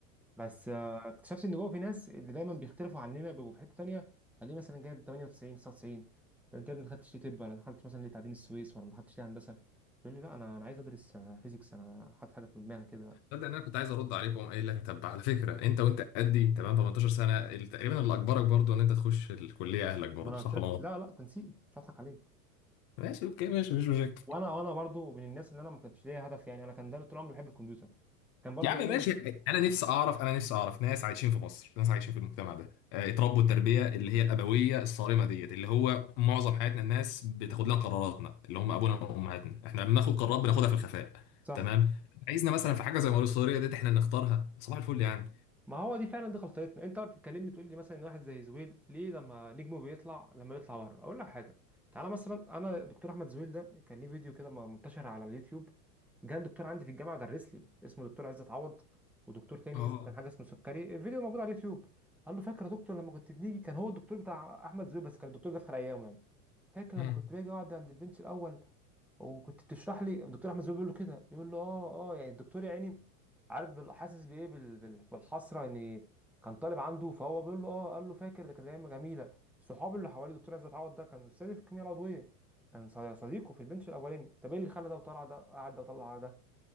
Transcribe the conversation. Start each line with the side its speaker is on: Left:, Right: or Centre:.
Centre: بس آه، اكتشفت ان جوه في ناس اللي دايما بيختلفوا عننا بيبقوا في حته تانيه هتلاقيه مثلا جايب 98 99 طب انت يا ابني ما دخلتش ليه طب ولا ما دخلتش مثلا ليه تعدين السويس ولا ما دخلتش ليه هندسه تقول لي لا انا انا عايز ادرس فيزيكس انا حاطط حاجه في دماغي كده
Left: تصدق ان انا كنت عايز ارد عليك واقوم قايل لك طب على فكره انت وانت قدي تمام 18 سنه ال- تقريبا اللي اجبرك برضو ان انت تخش الكليه اهلك برضو
Centre: ما انا
Left: صح
Centre: قلت لك
Left: ولا لا؟
Centre: لا لا تنسيق مش هضحك عليك
Left: ماشي اوكي ماشي مفيش مشاكل
Centre: وانا وانا برضو من الناس اللي انا ما كانش ليا هدف يعني انا كان دايما طول عمري بحب الكمبيوتر كان برضو
Left: يا عم
Centre: علوم
Left: ماشي شيء انا نفسي اعرف انا نفسي اعرف ناس عايشين في مصر ناس عايشين في المجتمع ده آه، اتربوا التربيه اللي هي الابويه الصارمه ديت اللي هو معظم حياتنا الناس بتاخد لنا قراراتنا اللي هم ابونا وامهاتنا احنا لما بناخد قرارات بناخدها في الخفاء
Centre: صح
Left: تمام عايزنا مثلا في حاجه زي موارد الصغيره ديت احنا نختارها صباح الفل يعني
Centre: ما هو دي فعلا دي غلطتنا انت بقى بتتكلمني تقول لي مثلا ان واحد زي زويل ليه لما نجمه بيطلع لما بيطلع بره اقول لك حاجه تعالى مثلا انا دكتور احمد زويل ده كان ليه فيديو كده م- منتشر على اليوتيوب جه دكتور عندي في الجامعه درس لي اسمه دكتور عزت عوض ودكتور تاني
Left: اه
Centre: اسمه كان حاجه اسمه سكري الفيديو موجود على اليوتيوب قال له فاكر يا دكتور لما كنت بنيجي كان هو الدكتور بتاع احمد زويل بس كان الدكتور ده في خلال ايام يعني فاكر لما
Left: مم.
Centre: كنت باجي اقعد عند البنش الاول وكنت بتشرح لي الدكتور احمد زويل بيقول له كده بيقول له اه اه يعني الدكتور يا عيني عارف بال- حاسس بايه بال- بال- بالحسره ان كان طالب عنده فهو بيقول له اه قال له فاكر ده كانت ايام جميله صحابي اللي حواليه دكتور عايز اتعوض ده كان استاذي في الكيمياء العضويه كان ص- صديقه في البنش الاولاني طب ايه اللي خلى ده وطلع ده قعد ده وطلع ده